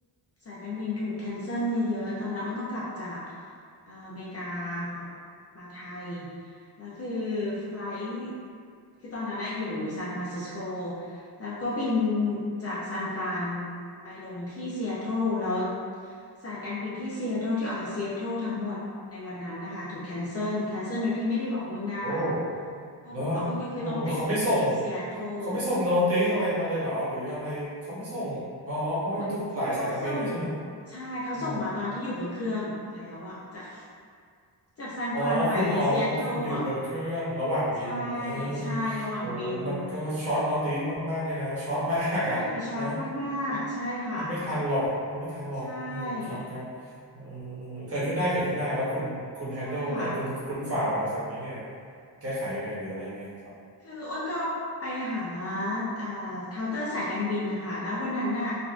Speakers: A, on the left; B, on the right.
A: สายการบินถูกแคนเซิลเยอะๆตอนนั้นอ้นต้องกลับจากอ่าอเมริกากลับมาไทยแล้วคือไฟลท์คือตอนนั้นนะอยู่ซานฟรานซิสโกแล้วก็บินจากซานฟรานไปลงที่ซีแอตเทิลแล้วสายการบินที่ซีแอตเทิลที่ออกจากซีแอตเทิลทั้งหมดในวันนั้นนะคะถูกแคนเซิลแคนเซิลโดยที่ไม่ได้บอกล่วงหน้า
B: โอ้
A: ถ้ากับว่าอ้วนก็คือต้องติดอยู่ที่ซีแอตเทิล
B: เหรอโอ้เขาไม่ส่งเขาไม่ส่งโนติสอะไรมาเลยเหรอหรืออะไรเขาไม่ส่งอ๋ออ๋อเพราะว่ามันทุกหลายสายการบินเลยใช่ไหม
A: หนึ่งคืนเขาเขาส่งใช่เขาส่งมาตอนที่อยู่บนเครื่องแล้วอะจาก
B: อ๋อ
A: จากซานฟรานไปซีแอตเทิลอะ
B: อ๋อคุณอ๋อคุณอยู่บนเครื่องระหว่างบินเออ
A: ใช่ใช่ระหว่างบิน
B: โอ้มันก็ช็อตนอติสมากๆเลยนะช็อตมากอ่ะเนอะ
A: ใช่ช็อตมากๆใช่ค่ะ
B: เออมันไม่ทันหรอกมันไม่ทันหรอกเออครับครับเออเออเกิดขึ้นได้เกิดขึ้นได้แล้วคุณคุณแฮนเดิลเออคุณคุณฝ่าอุปสรรคนี้ไง
A: ใช่ใช่ค่ะ
B: แก้ไขยังไงหรืออะไรยังไงครับ
A: คืออ้นก็ไปหาเอ่อเคาน์เตอร์สายการบินนะคะแล้ววันนั้นน่ะ